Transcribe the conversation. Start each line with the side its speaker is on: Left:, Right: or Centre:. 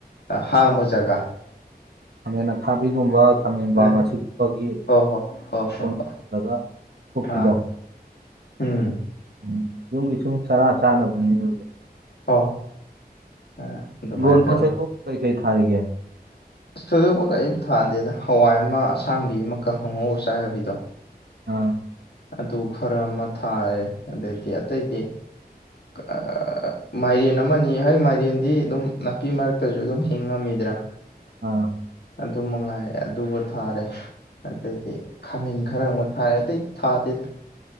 Left: ꯍꯥꯡꯕ ꯖꯒꯥ
Right: ꯈꯥꯄꯦꯟ ꯑꯈꯥꯕꯤꯒꯨꯝꯕ ꯈꯥꯃꯦꯟ ꯕꯥꯔ
Left: ꯅ
Right: ꯃꯥꯁꯤꯀꯥꯒꯤ
Left: ꯍꯣ ꯍꯣ ꯍꯣ
Right: ꯃꯀꯣꯟ
Left: ꯍꯣ ꯍꯣ
Right: ꯍꯨꯜꯂꯒ ꯐꯨꯛꯄꯤꯗꯣ
Left: ꯑꯥ ꯎꯝ
Right: ꯎꯝ ꯌꯨꯝꯒꯤ ꯁꯨꯝ ꯆꯔꯥ ꯆꯥꯅꯕꯅꯤꯅꯦ ꯑꯗꯨꯗꯤ
Left: ꯍꯣ ꯍꯣꯏ ꯑꯗꯨꯃꯥꯏꯅ
Right: ꯍꯤꯡꯒꯣꯟ
Left: ꯇꯧꯔꯒ
Right: ꯄꯣꯠꯆꯩꯕꯨ ꯀꯩ ꯀꯩ ꯊꯥꯔꯤꯒꯦ
Left: ꯑꯁ ꯊꯣꯏꯗꯣꯛꯄ ꯀꯔꯤꯝ ꯊꯥꯗꯦꯗ ꯍꯋꯥꯏ ꯑꯃ ꯑꯁꯥꯡꯕꯤ ꯑꯃ ꯀꯥꯡꯍꯪ ꯉꯧꯔ ꯆꯥ ꯌꯥꯕꯤꯗꯣ
Right: ꯑꯥ
Left: ꯑꯗꯨ ꯈꯔ ꯑꯃ ꯊꯥꯔꯦ ꯑꯗꯩꯗꯤ ꯑꯇꯩꯗꯤ ꯑꯥ ꯃꯥꯏꯔꯦꯟ ꯑꯃꯅꯤ ꯍꯥꯏ ꯃꯥꯏꯔꯦꯟꯗꯤ ꯑꯗꯨꯝ ꯅꯥꯄꯤ ꯃꯔꯛꯇꯖꯨ ꯑꯗꯨꯝ ꯍꯤꯡ ꯉꯝ ꯃꯤꯗꯔꯥ
Right: ꯑꯥ
Left: ꯑꯗꯨ ꯃꯉꯥꯏꯔꯦ ꯑꯗꯨꯒ ꯊꯥꯔꯦ ꯑꯇꯩꯗꯤ ꯈꯥꯃꯦꯟ ꯈꯔ ꯑꯝꯒ ꯊꯥꯔꯦ ꯑꯇꯩꯗꯤ ꯊꯥꯗꯦꯗ